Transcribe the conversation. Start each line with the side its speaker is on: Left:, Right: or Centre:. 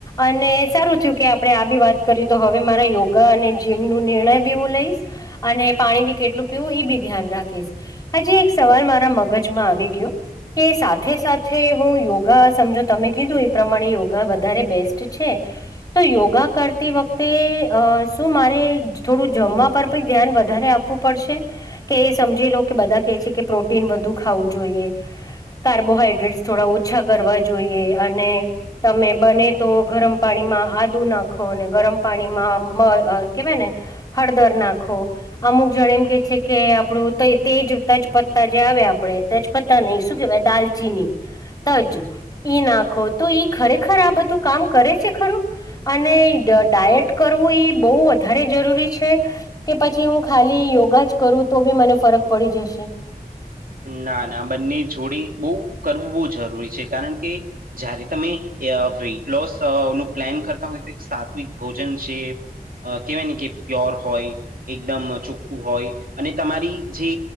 Left: અને સારું થીયું કે આપણે આ બી વાત કરી તો હવે મારા યોગા અને જીમ નું નિર્ણય બી હું લઈશ. અને પાણી બી કેટલું પીવું ઈ બી ધ્યાન રાખીશ. હજી એક સવાલ મારા મગજમાં આવી ગયો. કે સાથે સાથે હું યોગા સમજો તમે કીધું ઈ પ્રમાણે યોગા વધારે બેસ્ટ છે. તો યોગા કરતી વખતે અ શું મારે થોડું જમવા પર પણ ધ્યાન વધારે આ પવું પડશે કે સમજી લો કે બધા કે છે કે પ્રોટીન વધુ ખાવું જોઈએ. કાર્બોહાઈડ્રેટસ થોડા ઓછા કરવા જોઈએ અને તમે બને તો ગરમ પાણીમાં આદુ નાખો ને ગરમ પાણીમાં <unintelligible> કેવાય ને હળદર નાખો. અમુક જણે એમ કે છે કે આપણું તેજ તજપત્તા જે આવે આપડે તજપતા નહી શું કેવાય દાલચીની તજ ઈ નાખો તો ઈ ખરેખર આ બધું કામ કરે છે ખરું અને ડાયટ કરવું બહુ વધારે જરૂરી છે કે પછી હું ખાલી યોગા જ કરું તો બી મને ફરક પડી જશે.
Right: ના ના બંની જોડી બુક કરવું બહુ જરૂરી છે કારણ કે જ્યારે તમે અ વેઇટ લોસ નું પ્લાન કરતા હોય તો એક સાત્વિક ભોજન છે અ કેવાય ને કે પ્યોર હોય એકદમ ચોખ્ખું હોય અને તમારી જે